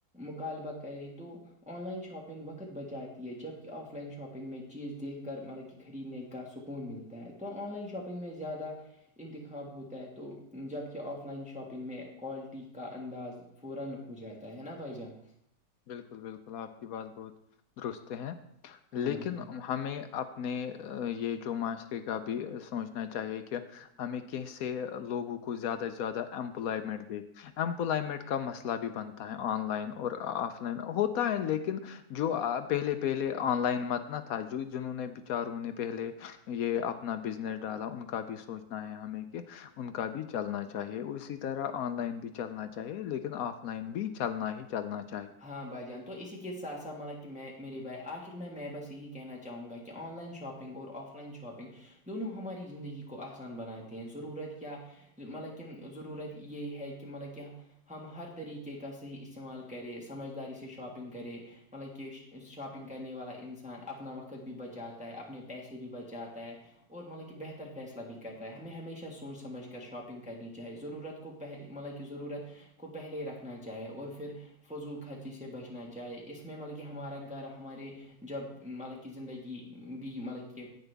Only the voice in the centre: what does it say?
مطالبہ کرے تو آن لائن شاپنگ وقت بچاتی ہے جبک آف لائن شاپنگ میں چیز دیکھ کر مطلب کہ خریدنے کا سکون ملتا ہے تو آن لائن شاپنگ میں زیادہ انتخاب ہوتا ہے تو جبکہ آف لائن شاپنگ میں کوالٹی کا انداز فوران ہو جاتا ہے نا بھائی جان
ہاں
بھائی جان
ہاں بھائی جان تو اسی کے ساتھ سات مطا کہ میں میری بھائی آخر میں بس یہی کہنا چاہوں گا کہ آن لائن شاپنگ اور آف لائن شاپ شاپنگ دونوں ہماری زندگی کو آسان بناتے ہیں ضرورت یا مطلب کہ ضرورت یہ ہے کہ مطلب کہ ہم ہر طریقے کا صحیح استعمال کر کرے سمجھداری سے شاپنگ کرے مطلب کہ شاپنگ کرنے والا انسان اپنا وقت بھی بچاتا ہے اپنے پیسے بھی بچاتا ہے اور مطلب کہ بہتر فیصلہ بھی کرتا ہے ہمیں ہمیشہ سوچ سمجھ کر شاپنگ کرنی چاہے ضرورت کو پہلے مطلب کہ ضرورت کو پہلے ہی رکھنا چاہے اور پھر فضول خرچی سے بچنا چاہے اس میں مطلب کہ ہمارا گھر ہمارے جب مطلب کہ زندگی بھی مطلب کہ